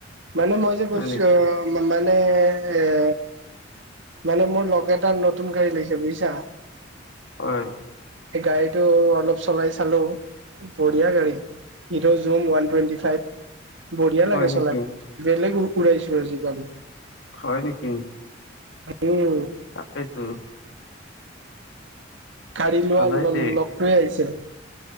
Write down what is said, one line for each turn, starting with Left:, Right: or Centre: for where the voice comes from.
Right: মানে মই কৈছ,
Left: হয় নেকি?
Right: অ মানে এ এ মানে মোৰ লগৰ এটা নতুন গাড়ী লৈছে বুজিছা।
Left: হয়।
Right: সেই গাড়ীটো অলপ চলাই চালো, বঢ়িয়া গাড়ী। সি'ৰ জুম ওৱান টুৱেণ্টি ফাইভ, বঢ়িয়া
Left: হয়
Right: লাগে
Left: নেকি?
Right: চলাই। বেলেগ উৰাইছো আজি গাড়ী।
Left: হয় নেকি?
Right: উম।
Left: তাকেতো।
Right: গাড়ী লোৱা
Left: ভালেই
Right: ল
Left: দে
Right: লগটোৱেই আহিছে।